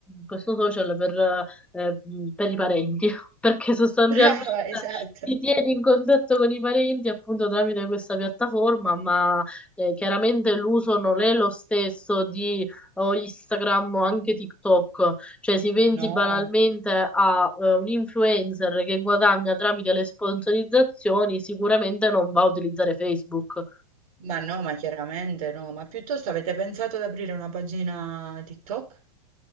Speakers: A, in the centre; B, on the right (about 60°).
A: questo social per, eh, mh, per i parenti, <laughs> perché sostanzialmente
B: Brava, esatto.
A: ti tieni in contatto con i parenti appunto tramite questa piattaforma, ma eh, chiaramente l'uso non è lo stesso di o Instagram o anche TikTok, cioè si pensi
B: No.
A: banalmente a eh, un influencer che guadagna tramite le sponsorizzazioni, sicuramente non va a utilizzare Facebook.
B: Ma no, ma chiaramente no, ma piuttosto avete pensato ad aprire una pagina TikTok?